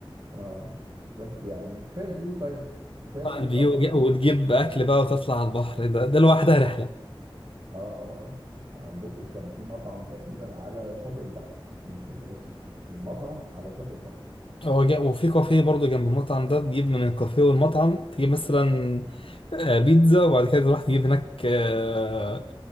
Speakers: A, on the right; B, on the left.
A: اه بس يعني كفايه الفيو طيب كفايه الفيو
B: آه، الفيو
A: بتاع البحر عندك
B: وتجيب أكل بقى وتطلع على البحر ده ده لوحدها رحلة
A: اه اه اه عندكم كان في مطعم تقريبا على شاطئ البحر انا مش فاكر اسمه بس المطعم على شاطئ البحر
B: هو جا- وفي كافيه برضو جنب المطعم ده تجيب من الكافيه والمطعم تجيب مثلا آه، بيتزا وبعد كده تروح تجيب هناك آه،